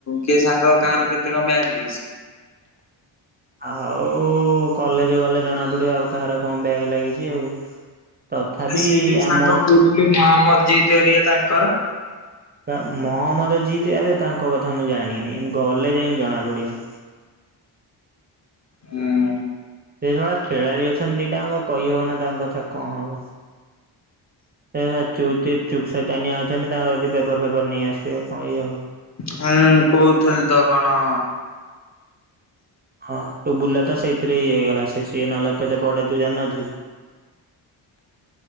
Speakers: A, on the left (about 35°); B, on the right (about 20°).
A: କିଏ ସାଙ୍ଗ କାହାର କେତେ କଣ ବ୍ୟାକ୍‌ ଲାଗିଛି?
B: ଆଉ କଲେଜ ଗଲେ ଜଣା ପଡିବ, ଆଉ କାହାର କଣ ବ୍ୟାକ ଲାଗିଛି ଆଉ। ତଥାବି
A: ଆରେ ସେ ଯୋଉ
B: ଆମ
A: ସାଙ୍ଗ କହୁଥିଲୁ ମହମ୍ମଦ ଜିତ ଘରିକା ତାଙ୍କର।
B: ୟା ମହମ୍ମଦ ଜିତ ଆବେ ତାଙ୍କ କଥା ମୁଁ ଜାଣିନି ଗଲେ ଯାଇଁ ଜଣା ପଡିବ।
A: ହୁଁ।
B: ସେ ଜଣେ ଖେଳାଳି ଅଛନ୍ତି ଦିଟାଜାଙ୍କ କହିହବ ନି ତାଙ୍କ କଥା କଣ ହବ। ସିଏ ତାର ଚୁପ୍ ତେ ଚୁପ୍ ସଇତାନିଆ ଅଛନ୍ତି ତାଙ୍କର ଯଦି ପେପର ଫେପର ନେଇ ଆସିଥିବେ କଇହେବ।
A: ହୁଁ କହୁଥିଲି ତ କଣ?
B: ହଁ ତୁ ବୁଲା ତ ସେଇଥିରେ ଇଏ ହେଇଗଲା, ସେ ସିଏ ନହେଲେ କେତେ ପଡେ ତୁ ଜାଣିିନଥିବୁ?